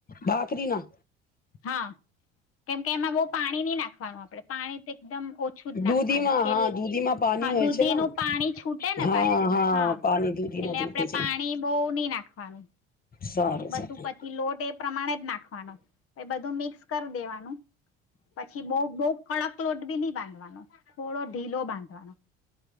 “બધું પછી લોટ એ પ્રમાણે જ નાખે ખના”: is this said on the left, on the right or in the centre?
Left